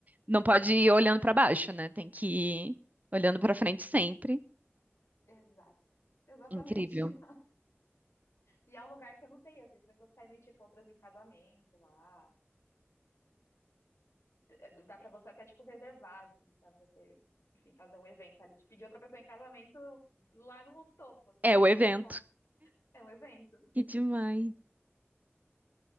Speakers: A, on the right (about 35°); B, on the left (about 80°).
A: Não pode ir olhando pra baixo, né? Tem que ir olhando pra frente sempre.
B: Exato. Exatamente.
A: Incrível.
B: <laughs> E é um lugar que eu não sei, assim, as pessoas pedem, tipo, outras em casamento lá. D- Dá pra você até, tipo, reservar, assim, pra você, enfim, fazer um evento ali, de pedir outra pessoa em casamento lá no topo, assim,
A: É
B: é
A: o
B: bem
A: evento.
B: legal. É um evento.
A: Que demais.
B: é um evento